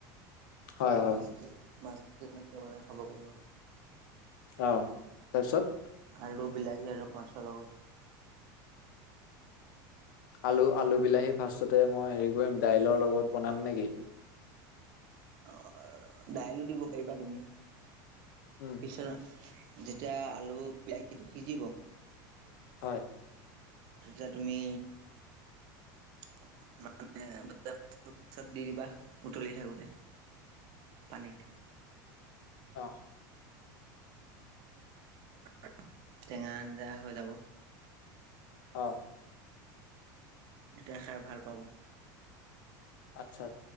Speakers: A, on the left (about 75°); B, on the right (about 40°).
A: হয়, হয়,
B: মাছটো মাছ তেনে কে বনাই খাব পাৰিব।
A: অহ' তাৰপিছত?
B: আলু, বিলাহী আৰু মাছৰ লগত।
A: আলু, আলু বিলাহী ফাৰ্ষ্টতে মই হেৰি কৰিম ডাইলৰ লগত বনাম নেকি?
B: অঁ' দাইলো দিব পাৰিবা তুমি,
A: উম,
B: পিছত যেতিয়া আলু বিলাহীটো সিজিব
A: হয়।
B: তেতিয়া তুমি <unintelligible> মানে <unintelligible> দি দিবা উতলি থাকোতে। পানীত।
A: অঁ।
B: <inaudible> টেঙা আঞ্জা হৈ যাব।
A: অঁ।
B: তেতিয়া খাই ভাল পাব।
A: আচ্ছা-আচ্ছা'।